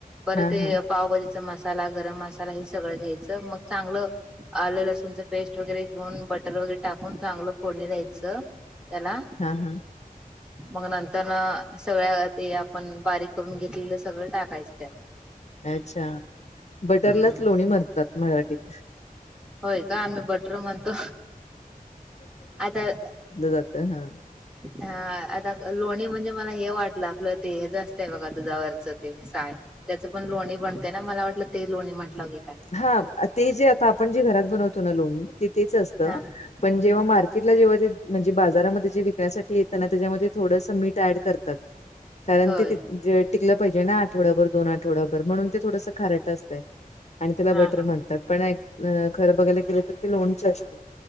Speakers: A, in the centre; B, on the left.
A: पर
B: हा
A: ते
B: हा
A: पावभजीचा मसाला गरम मसाला हे सगळं घ्यायचं मग चांगलं. आलं लसूणच पेस्ट वगैरे घेऊन बटर वगैरे टाकून चांगलं फोडणी द्यायचं. त्याला
B: हा हा.
A: मग नंतर ना सगळ्या ते आपण बारीक करून घेतलेलं सगळं टाकायचं त्या
B: अच्छा बटरलाच
A: हम्म
B: लोणी मरतात मराठीत
A: होय का आम्ही बटर म्हणतो आता
B: जात हा.
A: हा. लोणी म्हणजे मला हे वाटलं आपलं ते हे जास्त आहे बघा तुझ्यावरचं ते साय. त्याचं पण लोणी बनते ना मला वाटलं ते लोणी म्हटलं की काय?
B: हा ते जे आता आपण जे घरात बनवतो ना लोणी तिथ तेच असतं
A: हा
B: पण जेव्हा मार्केटला
A: हा
B: जेव्हा ते म्हणजे बाजारामध्ये जे विकण्यासाठीेत त्यांना त्याच्यामध्ये थोडस मीठ ॲड करतात कारण
A: होय
B: ते टिकलं पाहिजे ना आठवड्याभर दोन आठवड्याभर म्हणून ते थोडसं खारट असतय. आणि त्याला
A: हा
B: बटर
A: हा
B: म्हणतात पण खरं बघायला गेलं तर ते लोणच असते.